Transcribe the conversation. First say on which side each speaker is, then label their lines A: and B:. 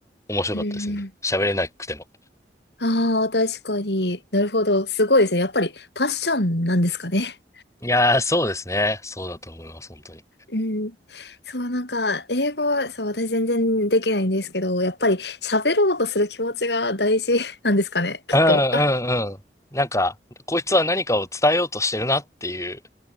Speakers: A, on the left; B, on the left.
A: 面白かったですね。
B: はいうんうん。
A: 喋れなくても。
B: ああー、確かに。なるほど。すごいですね。やっぱり、パッションなんですかね。
A: いやー、そうですね。そうだと思います、本当に。
B: うん。そう、なんか、英語は、そう、私全然できないんですけど、やっぱり喋ろうとする気持ちが大事なんですかね、きっと。
A: うんうんうん。
B: あ、
A: なんか、こいつは何かを伝えようとしてるなっていう